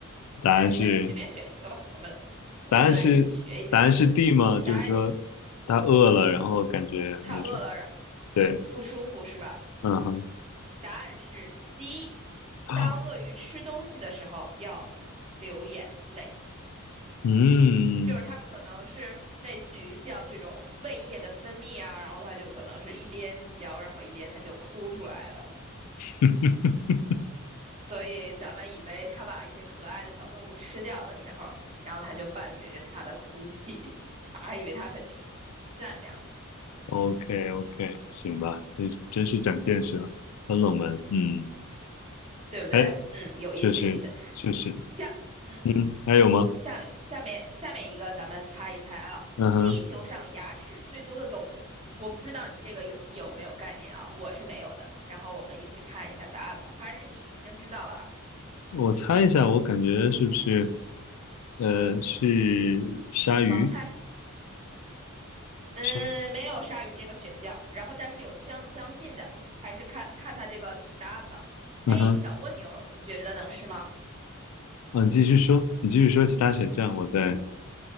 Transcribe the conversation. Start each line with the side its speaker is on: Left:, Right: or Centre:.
Left: 答案是
Right: 那你那你随便选一个吧，我们我们来一起学一下。
Left: 答案是答案是 D 吗？就是说
Right: 答案是
Left: 他饿了，然后感觉那种
Right: 它饿了，然
Left: 对，
Right: 不舒服是吧？
Left: 嗯哼，
Right: 答案是 C。
Left: <gasps>
Right: 当鳄鱼吃东西的时候，要流眼泪。
Left: 嗯
Right: 就是它可能是类似于像这种胃液的分泌啊，然后它就可能是一边嚼，然后一边它就哭出来了。
Left: <laughs>
Right: 所以咱们以为它把一些可爱的小动物吃掉的时候，然后它就伴随着它的哭泣，还以为它很善良，
Left: ，OK OK，行吧，这真是长见识了，很冷门，嗯，
Right: 对不对？
Left: 哎，
Right: 嗯，有意思，
Left: 确实确实，
Right: 有意思。下，嗯。
Left: 嗯，还有吗？
Right: 下下面下面一个，咱们猜一猜啊，
Left: 嗯哼，
Right: 地球上牙齿最多的动物，嗯我不知道你这个有有没有概念啊，我是没有的。然后我们一起看一下答案吧，还是你已经知道了啊？
Left: 我猜一下，我感觉是不是呃是鲨鱼？
Right: 盲猜？嗯，
Left: 鲨，
Right: 没有鲨鱼这个选项，然后但是有相相近的，还是看看它这个答案吧。
Left: 嗯哼。
Right: A 小蜗牛，你觉得能是吗？
Left: 嗯，你继续说，你继续说其他选项，我再